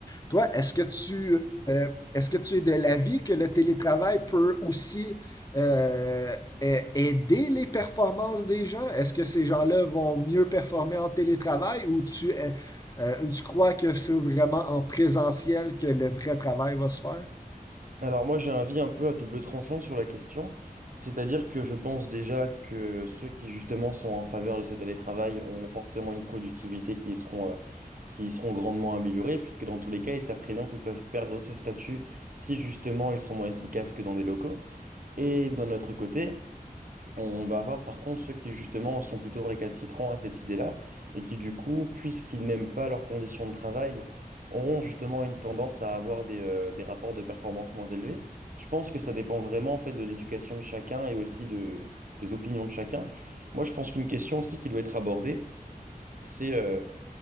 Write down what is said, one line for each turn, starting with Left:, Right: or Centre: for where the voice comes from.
Left: Toi, est-ce que tu euh, est-ce que tu es de l'avis que le télétravail peut aussi euh, a- aider les performances des gens? Est-ce que ces gens-là vont mieux performer en télétravail ou tu euh, euh, ou tu crois que c'est vraiment en présentiel que le vrai travail va se faire?
Right: Alors moi j'ai un avis un peu à double tranchant sur la question, c'est-à-dire que je pense déjà que ceux qui justement sont en faveur de ce télétravail ont forcément une productivité qui y seront, euh, qui y seront grandement améliorées, puisque dans tous les cas ils savent très bien qu'ils peuvent perdre ce statut si justement ils sont moins efficaces que dans des locaux. Et d'un autre côté, On va avoir par contre ceux qui justement sont plutôt récalcitrants à cette idée-là et qui du coup, puisqu'ils n'aiment pas leurs conditions de travail, auront justement une tendance à avoir des, euh, des rapports de performance moins élevés. Je pense que ça dépend vraiment en fait de l'éducation de chacun et aussi de, des opinions de chacun. Moi, je pense qu'une question aussi qui doit être abordée, c'est euh,